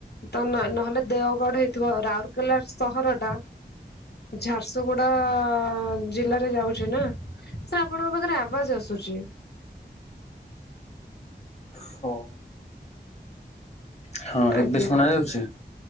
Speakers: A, on the left; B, on the left.
A: ତ ନହେଲେ ଦେଓଗଡ ହେଇଥିବ ରାଉରକେଲା ସହର ଟା। ଝାରସୁଗୁଡା-ଆ-ଆ-ଆ ଜିଲ୍ଲାରେ ଯାଉଛି ନା? ସାର୍ ଆପଣଙ୍କ ପାଖରେ ଆବାଜ ଆସୁଛି।
B: ହଉ। ହଁ
A: ଆଜ୍ଞା।
B: ଏବେ ଶୁଣା ଯାଉଛି?